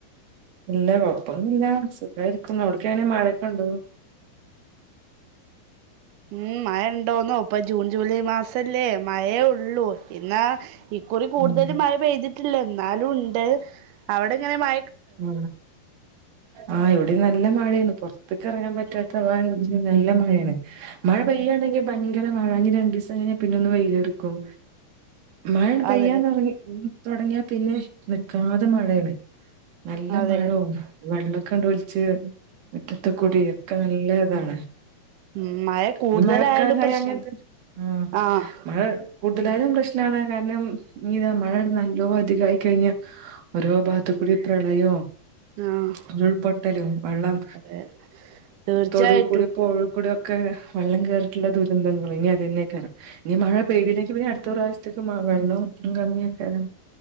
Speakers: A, on the right (about 70°); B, on the right (about 85°).
A: ഇല്ല കൊഴപ്പൊന്നുമല്ല സുഖമായിരിക്കുംുന്നു അവിടക്കങ്ങനെ മഴയൊക്കെ ഉണ്ട
B: ഉം മഴ ഉണ്ടോന്നോ ഇപ്പ ജൂൺ ജൂലൈ മാസം മല്ലേ മഴേ ഉള്ളൂ എന്നാ ഈക്കുറി കൂടുതലും
A: ഉം
B: മഴ പെയ്തിട്ടില്ലന്ന് ാലും ഉണ്ട് അവിടെ ഇങ്ങനെ മ
A: ഉ ആഹ ഇവിടെ അ നല്ല മഴയാണ് പുൊറത്തൊക്കെ ഇറങ്ങാൻ പറ്റാത്ത ഭ നല്ല മഴയാണ് മഴ പെയ്യയാണെങ്കിൽ ഭയങ്കര മഴഞ്ഞഞ് രണ്ടു ദിവസം കഴിഞ്ഞാൽ പിന്നൊന്ന് വെയ്യേറക്കും മഴയുടെ പയ്യന്ന്
B: അതെ
A: തുടങ്ങി തുടങ്ങിയാ പിന്നെ നിക്കാതെ മഴയാണ് നല്ല
B: അതെ
A: മഴവും വെള്ള കണ്ട വിളിിച്ചച്ച് മുറ്റത്ത് കുടി
B: ആ
A: ഒക്കെ നല്ല താണ്
B: ഉം മഴ കൂടുതലായാലും
A: ഈ മഴക്കാലമായി
B: പ്രശ്നം
A: അങ്ങനത്തെ ആ
B: ആഹ്
A: മഴ കൂടുതലായാലും പ്രശ്ന കാരണം നീതാ മഴ നല്ലോ അധികമായി കഴിഞ്ഞ ഓരോ ഭാഗത്ത കൂടി പ്രളയ
B: ആഹ്
A: ഉരുൾപൊട്ടലും വെള്ളം
B: അതെ തീർച്ചയായിട്ടും
A: തൊടു കൂടി പോഴ കൂടിയ ഒെ ഒക്കെ വള്ളം കേയറിയിട്ടുള്ള ദുരന്തങ്ങള ഇനി അത് തന്നെക്കാം ഇനി മഴ
B: അതെ
A: പെയ്തില്ലെങ്കി പിന്ന അടുത്ത പ്രാവ്യം കത്തക്കമാ വെള്ളം കമ്മിയക്കാരം